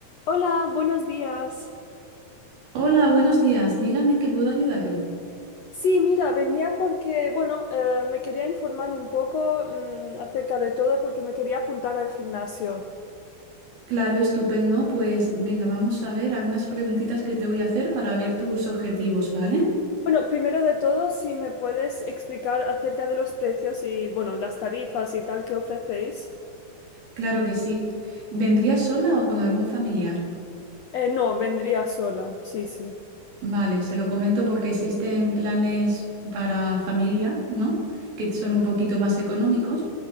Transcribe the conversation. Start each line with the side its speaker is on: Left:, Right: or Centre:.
Left: Hola, buenos días.
Right: Hola, buenos días. Dígame en qué puedo ayudarle.
Left: Sí, mira, venía porque, bueno, eh, me quería informar un poco, mm, acerca de todo porque me quería apuntar al gimnasio.
Right: Claro, estupendo. Pues venga, vamos a ver algunas preguntitas que te voy a hacer para ver tus objetivos, ¿vale?
Left: Bueno, primero de todo, si me puedes explicar acerca de los precios y, bueno, las tarifas y tal que ofrecéis.
Right: Claro que sí. ¿Vendría sola o con algún familiar?
Left: Eh, no, vendría sola, sí, sí.
Right: Vale, se lo comento porque existen planes para familia, ¿no? Que son un poquito más económicos,